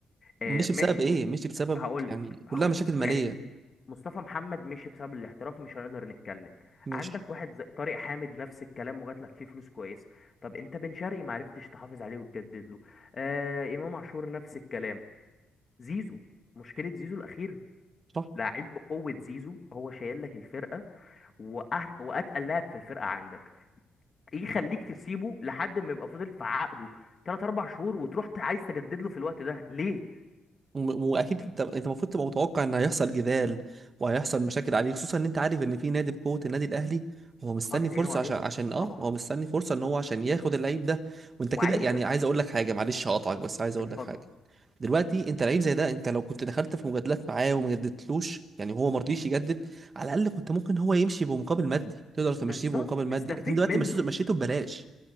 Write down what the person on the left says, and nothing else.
آه
ماشي
مص...
هقول
لك
هقول
لك
يعني مصطفى محمد مشي بسبب الاحتراف مش هنقدر نتكلم
عندك واحد زي طارق حامد نفس الكلام وجات لك فيه فلوس كويسه طب انت بن شرقي ما عرفتش تحافظ عليه وتجدد له آه امام عاشور نفس الكلام زيزو مشكله زيزو الاخيره
لعيب بقوه زيزو هو شايل لك الفرقه وأه... واتقل لاعب في الفرقه عندك ايه يخليك تسيبه لحد ما يبقى فاضل في عقده 3 4 شهور وتروح ت- عايز تجدد له في الوقت ده ليه
انت
حاطط
عينه عليه
طبعا
وعايز
اه
اتفضل
بالظبط
تستفيد
منه